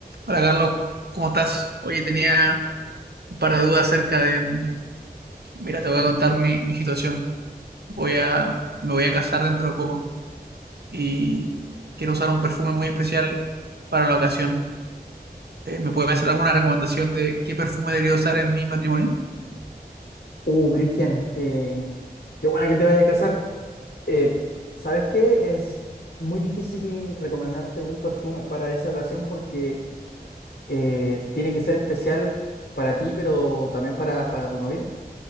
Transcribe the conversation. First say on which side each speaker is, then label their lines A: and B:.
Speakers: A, on the right; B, on the left.
A: Hola Carlos, ¿cómo estás? Oye, tenía un par de dudas acerca de... Mira, te voy a contar mi, mi situación. Voy a, me voy a casar dentro de poco y quiero usar un perfume muy especial para la ocasión. Eh, ¿me puedes hacer alguna recomendación de qué perfume debería usar en mi matrimonio?
B: Uh, Cristian, eh, qué buena que te vaya a casar. Eh, ¿sabes qué? Es muy difícil recomendarte un perfume para esa ocasión porque eh, tiene que ser especial para ti, pero también para, para tu novia.